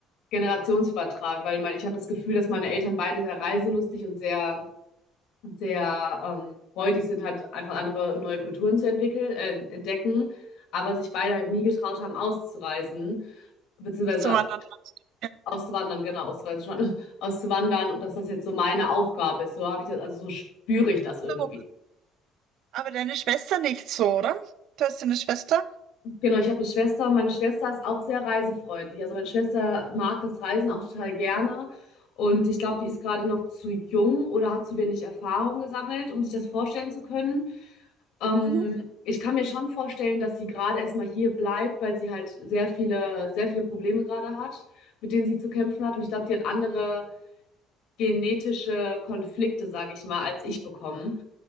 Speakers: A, on the left; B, on the right.
A: Generationsübertragend, weil mein, ich habe das Gefühl, dass meine Eltern beide sehr reiselustig und sehr sehr ähm, freudig sind, halt einfach andere und neue Kulturen zu entwickeln, äh, entdecken, aber sich beide halt nie getraut haben, auszureisen, beziehungsweise
B: zu wandern? Ja.
A: auszuwandern, genau, auszureisen schon, <laughs> auszuwandern und dass das jetzt so meine Aufgabe ist. So habe ich das, also so spüre ich das irgendwie.
B: So, Aber deine Schwester nicht so, oder? Du hast eine Schwester?
A: Genau, ich habe eine Schwester und meine Schwester ist auch sehr reisefreundlich. Also meine Schwester mag das Reisen auch total gerne. Und ich glaube, die ist gerade noch zu jung oder hat zu wenig Erfahrung gesammelt, um sich das vorstellen zu können. Ähm,
B: Mhm.
A: ich kann mir schon vorstellen, dass sie gerade erstmal hier bleibt, weil sie halt sehr viele, sehr viele Probleme gerade hat, mit denen sie zu kämpfen hat. Und ich glaube, die hat andere genetische Konflikte, sage ich mal, als ich bekommen.